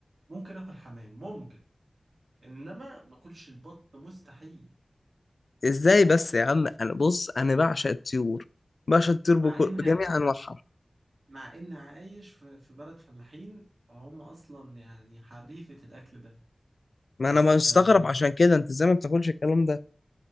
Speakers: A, on the right; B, on the left.
A: ممكن اكل حمام ممكن انما ما اكلش البط مستحيل
B: ازاي بس يا عم انا بص انا بعشق الطيور بعشق الطيور بكل...
A: مع ان
B: بجميع انواعها
A: مع ان عايش في في بلد فلاحين فهم اصلا يعني حريفة الاكل ده
B: ما
A: بس
B: انا مستغرب
A: آه،
B: عشان كده انت ازاي ما بتاكلش الكلام ده